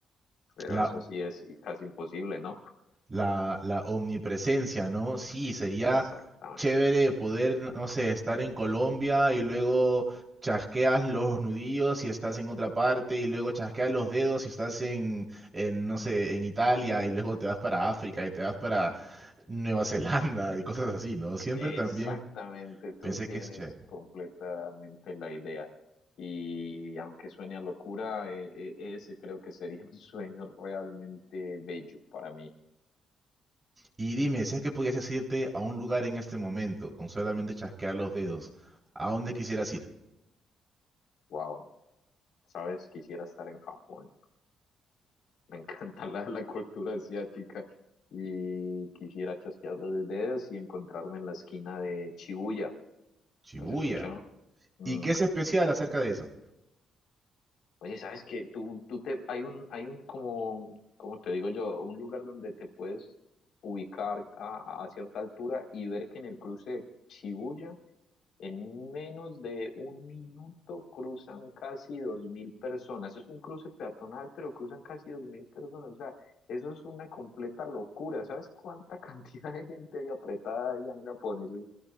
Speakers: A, on the left; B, on the right.
A: pero
B: La
A: eso sí es casi imposible, ¿no?
B: La, la omnipresencia, ¿no? Sí, sería
A: Exactamente.
B: chévere poder, no no sé, estar en Colombia y luego chasqueas los nudillos y estás en otra parte y luego chasqueas los dedos y estás en, en, no sé, en Italia y luego te vas para África y te vas para Nueva Zelanda y cosas así, ¿no? Siempre
A: Exactamente,
B: también
A: tú
B: pensé
A: tienes
B: que es chévere.
A: completamente la idea. Y aunque suene a locura, e- e- ese creo que sería <laughs> un sueño realmente bello para mí.
B: Y dime, si es que pudieses irte a un lugar en este momento con solamente chasquear los dedos, ¿a dónde quisieras ir?
A: Wow, sabes, quisiera estar en Japón. Me encanta la, la cultura asiática y quisiera chasquear los dedos y encontrarme en la esquina de Shibuya.
B: Shibuya.
A: ¿Has escuchado? Mm,
B: ¿Y qué es especial acerca de eso?
A: Oye, ¿sabes qué? Tú, tú te, hay un, hay un como, como te digo yo, un lugar donde te puedes ubicar a, a cierta altura y ver que en el cruce de Shibuya, en menos de un minuto cruzan casi dos mil personas. Es un cruce peatonal, pero cruzan casi dos mil personas. O sea, eso es una completa locura. ¿Sabes cuánta <laughs> cantidad de gente hay apretada ahí en Japón? Eso